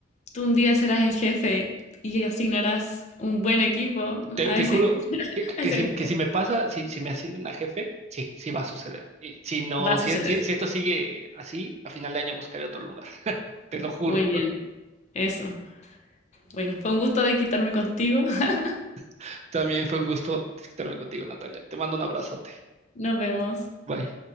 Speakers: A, on the left; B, on the right.
A: Tú un día serás el jefe y asignarás un buen equipo
B: Te,
A: a
B: te
A: ese,
B: juro que, que,
A: a
B: que
A: ese
B: si,
A: grupo.
B: que si me pasa, si, si me ascienden a jefe, sí, sí va a suceder. Y si no,
A: Va a
B: si,
A: suceder.
B: es- si si esto sigue así, a final de año buscaré otro lugar, te lo juro.
A: Muy bien. Eso. Bueno, fue un gusto de quitarme contigo. <laughs>
B: <laughs> También fue un gusto estarme contigo, Natalia. Te mando un abrazote.
A: Nos vemos.
B: Bye.